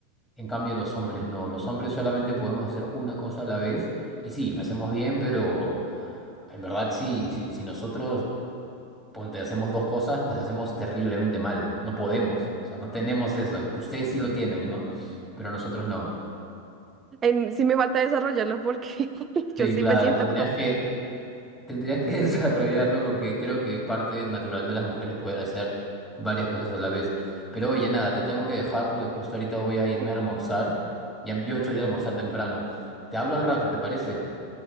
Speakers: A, in the centre; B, on the right (about 25°).
A: En cambio, los hombres no. Los hombres solamente podemos hacer una cosa a la vez. Y sí, la hacemos bien, pero en verdad sí, sí, si nosotros ponte, hacemos dos cosas, las hacemos terriblemente mal. No podemos. O sea, no tenemos eso. Que ustedes sí lo tienen, ¿no? Pero nosotros no.
B: Em, sí me falta desarrollarlo porque <laughs>
A: Sí,
B: yo sí
A: claro,
B: me siento
A: tendrías
B: como...
A: que Tendrías que <laughs> desarrollarlo porque creo que es parte natural de las mujeres poder hacer varias cosas a la vez. Pero oye, nada, te tengo que dejar porque justo ahorita voy a irme
B: <laughs>
A: a almorzar. Ya, yo estoy de almorzar temprano. Te hablo al rato, ¿te parece?